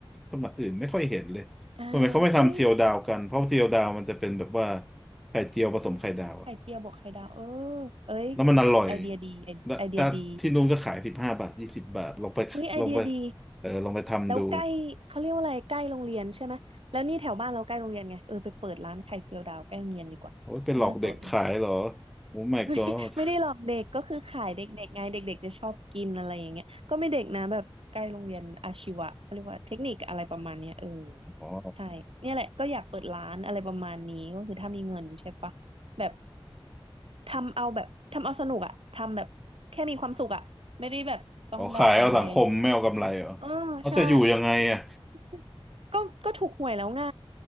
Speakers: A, in the centre; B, on the right.
A: จังหวัดอื่นไม่ค่อยเห็นเลยทำไมเขาไม่ทำเจียวดาวกันเพราะเจียวดาวมันจะเป็นแบบว่า
B: อ่าเอ้ย
A: ไข่เจียวผสมไข่ดาวอะ
B: ไข่เจียวบวกไข่ดาวเออเอ้ย
A: แล้วมันอร่อย
B: ไอเดียดีไอไอเดียดี
A: แต่แต่ที่นู้นก็ขายสิบห้าบาทยี่สิบบาทลองไปลองไป
B: เฮ้ยไอเดียดี
A: เออลองไปทำดู
B: แล้วใกล้เขาเรียกว่าอะไรใกล้โรงเรียนใช่ไหมแล้วนี่แถวบ้านเราใกล้โรงเรียนไงเออไปเปิดร้านไข่เจียวดาวใกล้โรงเรียนดีกว่าน่าสน
A: โอ้ยไปหลอกเด็กขายเหรอ
B: <laughs>
A: โอ้ my
B: ไม่ไม่ได้หลอกเด็กก็คือขายเด็กๆไงเด็กๆจะชอบกินอะไรอย่างเงี้ยก็ไม่เด็กนะแบบใกล้โรงเรียนอาชีวะเขาเรียกว่าเทคนิคอะไรประมาณเนี้ยเออ
A: god อ๋อ
B: ใช่เนี่ยแหละก็อยากเปิดร้านอะไรประมาณนี้ก็คือถ้ามีเงินใช่ปะแบบ ทำเอาแบบทำเอาสนุกอะทำแบบแค่มีความสุขอะไม่ได้แบบต้องได้กำไรหรืออะไร
A: อ๋อขายเอาสังคมไม่เอากำไรเหรอเขาจะอยู่ยังไงอ่ะ
B: เออใช่ <laughs> ก็ก็ถูกหวยแล้วไง